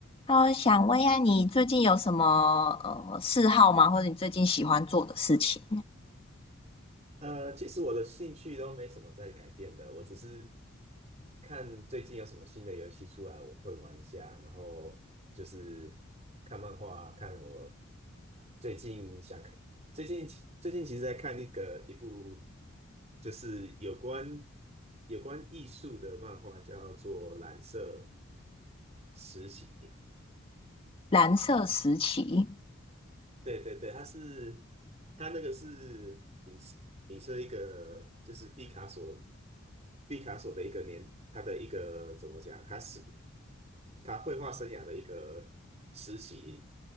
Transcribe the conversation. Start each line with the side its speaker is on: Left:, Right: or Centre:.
Left: 哦，想问一下，你最近有什么呃嗜好吗？或者你最近喜欢做的事情？
Right: 呃，其实我的兴趣都没什么在改变的，我只是看最近有什么新的游戏出来，我会玩一下，然后就是看漫画，看我最近想看，最近最近其实在看一个一部就是有关有关艺术的漫画，叫做《蓝色实习》，
Left: 蓝色时期，
Right: 对对对，它是它那个是影射影射一个就是毕卡索。毕卡索的一个年，他的一个怎么讲，他是他绘画生涯的一个时期，